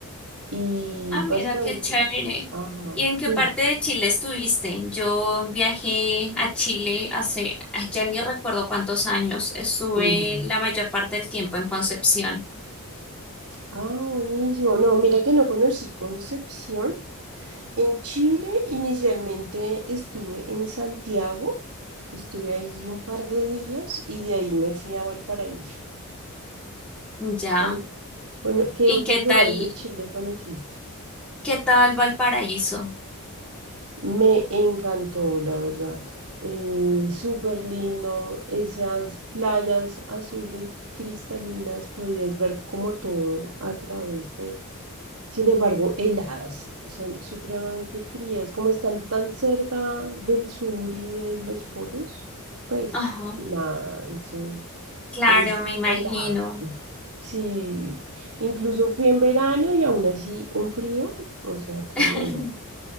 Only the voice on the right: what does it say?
Y
básicamente,
ajá,
tú.
ujú.
Ah, buenísimo. No, mira que no conocí Concepción. En Chile inicialmente estuve en Santiago, estuve ahí un par de días y de ahí me fui a Valparaíso.
Con, con- ¿qué
otros
lugares de Chile conociste?
Me encantó, la verdad. Eh, súper lindo, esas playas azules cristalinas, podías ver como todo a través de, Sin embargo, heladas, son supremamente frías, como están tan cerca del sur y de los polos, pues
nada, eso
es
helado. <laughs> Sí, incluso fui en verano y aún así un frío, o sea, tremendo.